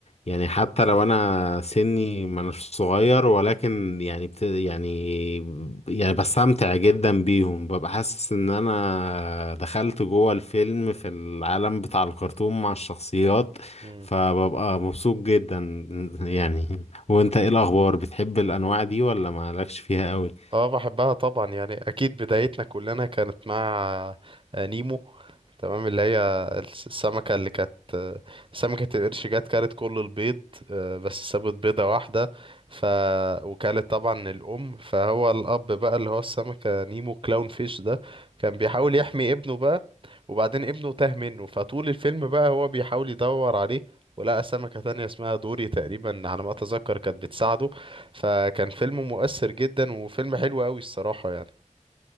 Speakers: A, on the left; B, on the right.
A: يعني حتى لو انا سني ما أناش صغير ولكن يعني بت يعني يعني بستمتع جدا بيهم ببقى حاسس ان انا دخلت جوه الفيلم في العالم بتاع الكرتون مع الشخصيات
B: مم.
A: فببقى مبسوط جدا يعني وانت ايه الاخبار بتحب الانواع دي ولا مالكش فيها قوي
B: اه بحبها طبعا يعني اكيد بدايتنا كلنا كانت مع آه، نيمو تمام اللي هي الس- السمكة اللي كانت سمكة القرش جت كلت كل البيض آه، بس سابت بيضة واحدة ف وكلت طبعا الأم فهو الأب بقى اللي هو السمكة نيمو كلاون فيش ده كان بيحاول يحمي ابنه بقى وبعدين ابنه تاه منه فطول الفيلم بقى هو بيحاول يدور عليه ولقى سمكة تانية اسمها دوري تقريبا على ما أتذكر كانت بتساعده فكان فيلم مؤثر جدا وفيلم حلو قوي الصراحة يعني